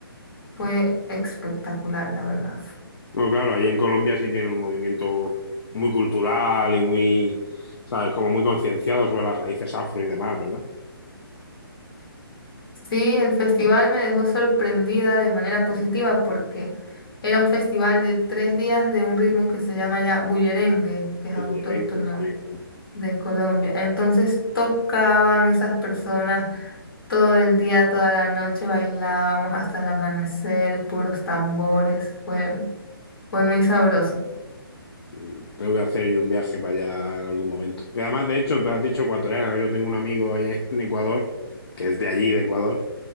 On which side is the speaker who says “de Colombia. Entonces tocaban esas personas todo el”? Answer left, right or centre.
Left